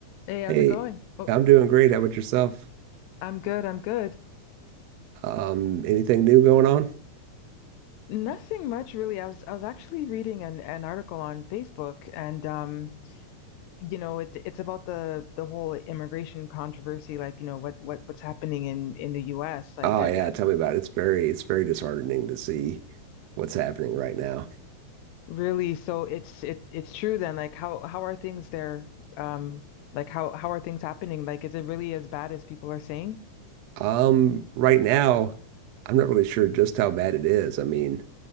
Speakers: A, on the left (about 80°); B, on the right (about 75°).
A: Hey, how's
B: Hey,
A: it going? Oh,
B: I'm doing great. How about yourself?
A: I'm good, I'm good.
B: Um, anything new going on?
A: Nothing much really. I was I was actually reading an, an article on Facebook and um, you know, it, it's about the the whole immigration controversy, like, you know, what what what's happening in in the US. Like
B: Oh
A: I,
B: yeah, tell me about it. It's very it's very disheartening to see what's happening right now.
A: really, so it's it it's true then, like how how are things there? Um, like how how are things happening? Like is it really as bad as people are saying?
B: Um, right now, I'm not really sure just how bad it is. I mean,